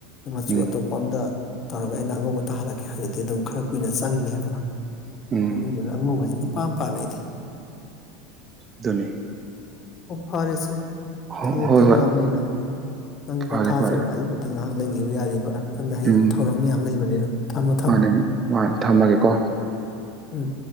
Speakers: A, on the left (about 25°); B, on the right (about 20°).
A: ꯃꯆꯨ
B: ꯎꯝ
A: ꯑꯇꯣꯞꯄ ꯃꯝꯗ ꯇꯧꯔꯒ ꯑꯩꯅ ꯑꯉꯧꯕ ꯇꯥꯍꯜꯂꯛꯀꯦ ꯍꯥꯏꯗꯨꯗꯤ ꯑꯗꯨꯝ ꯈꯔ ꯀꯨꯏꯅ ꯆꯪꯅꯤꯕ
B: ꯎꯝ
A: ꯑꯗꯨꯗꯨꯅ ꯑꯉꯧꯕꯁꯤꯡꯗꯤ ꯏꯄꯥꯝ ꯄꯥꯔꯏꯗꯤ
B: ꯑꯗꯨꯅꯦ
A: ꯑꯣ ꯐꯔꯦ ꯁꯦ
B: ꯍꯣ
A: ꯊꯦꯡꯨ
B: ꯍꯣꯏ
A: ꯊꯦꯡꯉꯛꯑꯕꯅꯤꯅ
B: ꯍꯣꯏ
A: ꯅꯪ
B: ꯐꯔꯦ
A: ꯄꯣꯊꯥꯖꯔꯣ
B: ꯐꯔꯦ
A: ꯑꯩꯕꯨꯗꯣ ꯑ ꯉꯥꯏꯍꯥꯡ ꯂꯩꯈꯤꯕ ꯌꯥꯔꯤꯕ ꯍꯟꯗ ꯍꯌꯦꯡ
B: ꯎꯝ
A: ꯊꯧꯔꯝ ꯃꯌꯥꯝ ꯂꯩꯕꯅꯤꯅ ꯊꯝꯃ ꯊꯝꯃ
B: ꯃꯥꯅꯦ ꯃꯥꯅꯦ ꯊꯝꯃꯒꯦꯀꯣ
A: ꯎꯝ